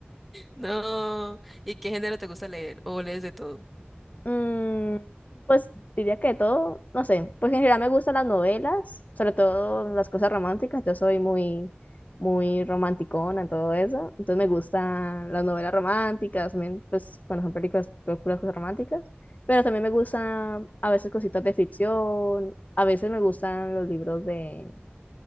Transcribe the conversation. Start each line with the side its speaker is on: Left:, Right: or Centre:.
Centre: No. ¿Y qué género te gusta leer? ¿O lees de todo?
Left: Mm, pues diría que de todo, no sé, pues en general me gustan las novelas, sobre todo las cosas románticas, yo soy muy, muy romanticona en todo eso, entonces me gustan las novelas románticas, también, pues cuando son películas, películas cosas románticas, pero también me gustan a veces cositas de ficción, a veces me gustan los libros de